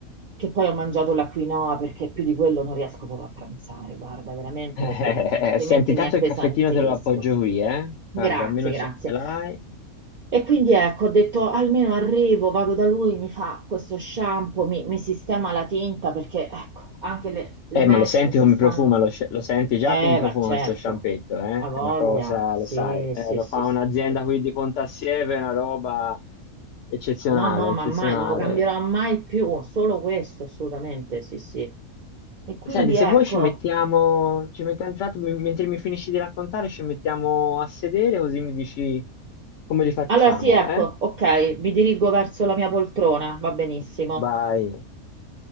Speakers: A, on the right; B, on the left.
A: che poi ho mangiato la quinoa perché più di quello non riesco proprio a pranzare, guarda, veramente
B: Eh,
A: perché <laughs> altrimenti
B: senti, tanto
A: mi appesantisco.
B: il caffettino te lo appoggio qui, eh?
A: Grazie,
B: Guarda, almeno
A: grazie.
B: ce l'hai.
A: E quindi ecco, ho detto almeno arrivo, vado da lui, mi fa questo shampoo, mi, mi sistema la tinta perché ecco, anche le, le
B: Eh,
A: mesh
B: ma lo senti
A: mi si
B: come
A: stanno...
B: profuma, lo, sce- lo senti
A: Eh,
B: già come profuma
A: ma certo,
B: questo sciampetto, eh?
A: ha voglia.
B: È una cosa,
A: Sì,
B: lo sai, eh,
A: sì,
B: lo
A: sì,
B: fa
A: sì,
B: un'azienda
A: sì.
B: qui di Pontassieve, è una roba eccezionale,
A: No, no, ma
B: eccezionale.
A: mai, non lo cambierò mai più, solo questo assolutamente, sì, sì. E quindi
B: Senti, se
A: ecco...
B: vuoi ci mettiamo, ci mettiamo intanto, mi- mentre mi finisci di raccontare, ci mettiamo a sedere così mi dici come li facciamo,
A: Allora sì, ecco,
B: eh?
A: ok, mi dirigo verso la mia poltrona, va benissimo.
B: Vai,